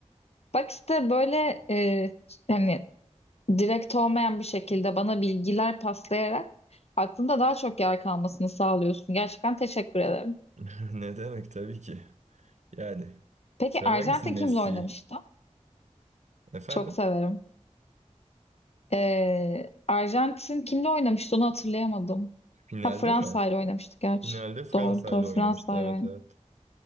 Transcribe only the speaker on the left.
Bak işte böyle e, hani direkt olmayan bir şekilde bana bilgiler paslayarak aklında daha çok yer kalmasını sağlıyorsun. Gerçekten teşekkür ederim.
Peki
Arjantin
kimle oynamıştı?
Çok severim. E, Arjantin kimle oynamıştı onu hatırlayamadım.
Ha Fransa
ile oynamıştı gerçi.
Doğru doğru
Fransa
ile oynamıştı.